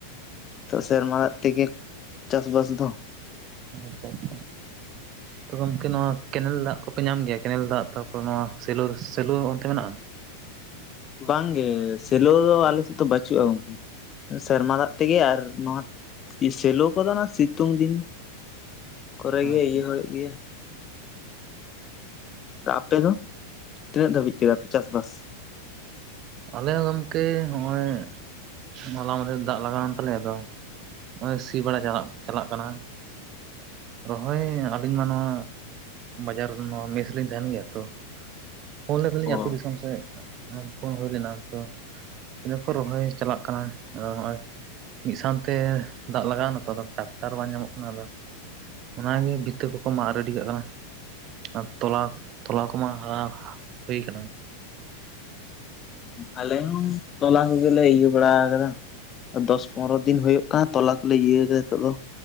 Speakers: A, on the left; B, on the right.
A: ᱛᱚ ᱥᱮᱨᱢᱟ ᱫᱟᱜ ᱛᱮᱜᱮ ᱪᱟᱥ ᱵᱟᱥ ᱫᱚ᱾
B: ᱟᱪᱪᱷᱟ ᱟᱪᱪ ᱛᱚ ᱜᱚᱝᱠᱮ ᱱᱚᱣᱟ ᱠᱮᱱᱮᱞ ᱫᱟᱜ ᱠᱚᱯᱮ ᱧᱟᱢ ᱜᱮᱭᱟ ᱠᱮᱱᱮᱞ ᱫᱟᱜ ᱛᱟᱨᱯᱚᱨ ᱱᱚᱣᱟ ᱥᱮᱞᱳ ᱥᱮᱞᱳ ᱚᱱᱛᱮ ᱢᱮᱱᱟᱜᱼᱟ?
A: ᱵᱟᱝ ᱜᱮ ᱥᱮᱞᱳ ᱫᱚ ᱟᱞᱮ ᱥᱮᱫ ᱵᱟᱹᱪᱩᱜᱼᱟ ᱜᱚᱝᱠᱮ ᱾ ᱥᱮᱨᱢᱟ ᱫᱟᱜ ᱛᱮᱜᱮ ᱟᱨ ᱱᱚᱣᱟ ᱥᱮᱞᱚ ᱠᱚᱫᱚ ᱚᱱᱟ ᱥᱤᱛᱩᱝ ᱫᱤᱱ᱾ ᱠᱚᱨᱮ ᱜᱮ
B: ᱟᱪᱪᱷᱟ
A: ᱤᱭᱟᱹ ᱦᱩᱭᱩᱜ ᱜᱮᱭᱟ᱾ ᱟᱯᱮ ᱫᱚ ᱛᱤᱱᱟᱹᱜ ᱫᱷᱟᱹᱵᱤᱡ ᱠᱮᱫᱟ ᱯᱮ ᱪᱟᱥᱵᱟᱥ?
B: ᱟᱞᱮ ᱦᱚᱸ ᱜᱚᱢᱠᱮ ᱱᱚᱜ-ᱚᱭ ᱦᱚᱞᱟ ᱢᱟᱫᱷᱮᱨ ᱫᱟᱜ ᱞᱟᱜᱟᱣᱮᱱ ᱛᱟᱞᱮᱭᱟ ᱟᱫᱚ ᱱᱚᱜᱼᱚᱭ ᱥᱤ ᱵᱟᱲᱟ ᱪᱟᱞᱟᱜ ᱪᱟᱞᱟᱜ ᱠᱟᱱᱟ᱾ ᱨᱚᱦᱚᱭ ᱟᱹᱞᱤᱧ ᱢᱟ ᱱᱚᱣᱟ ᱵᱟᱡᱟᱨ ᱱᱚᱣᱟ ᱢᱮᱥ ᱨᱮ ᱞᱤᱧ ᱛᱟᱦᱮᱱ ᱜᱮᱭᱟ ᱛᱚ ᱯᱷᱳᱱ ᱞᱮᱫᱟᱞᱤᱧ
A: ᱚ
B: ᱟᱹᱛᱩ ᱫᱤᱥᱚᱢ ᱥᱮᱫ ᱯᱷᱚᱱ ᱦᱩᱭ ᱞᱮᱱᱟ ᱛᱚ <unintelligible> ᱨᱚᱦᱚᱭ ᱪᱟᱞᱟᱜ ᱠᱟᱱᱟ ᱟ ᱱᱚᱜᱼᱚᱭ᱾ ᱢᱤᱫ ᱥᱟᱶᱛᱮ ᱫᱟᱜ ᱞᱟᱜᱟᱣ ᱮᱱᱟ ᱛᱚ ᱟᱫᱚ ᱴᱟᱠᱴᱟᱨ ᱵᱟᱝ ᱧᱟᱢᱚᱜ ᱠᱟᱱᱟ ᱟᱫᱚ ᱚᱱᱟᱜᱮ ᱵᱷᱤᱛᱟᱹ ᱠᱚᱠᱚ ᱢᱟᱜ ᱨᱮᱰᱤ ᱠᱟᱜ ᱠᱟᱱᱟ ᱾ ᱟᱨ ᱛᱚᱞᱟ ᱛᱚᱞᱟ ᱠᱚᱢᱟ ᱦᱟᱨᱟ ᱦᱩᱭ ᱟᱠᱟᱱᱟ ᱾
A: ᱟᱞᱮ ᱦᱚᱸ ᱛᱚᱞᱟ ᱠᱚᱜᱮᱞᱮ ᱤᱭᱟᱹ ᱵᱟᱲᱟ ᱟᱠᱟᱫᱟ ᱫᱚᱥ ᱯᱚᱱᱨᱚ ᱫᱤᱱ ᱦᱩᱭᱩᱜ ᱠᱟᱱᱟ ᱛᱚᱞᱟ ᱞᱮ ᱤᱭᱟᱹ ᱠᱮᱫᱟ ᱱᱤᱛᱚᱜ ᱫᱚ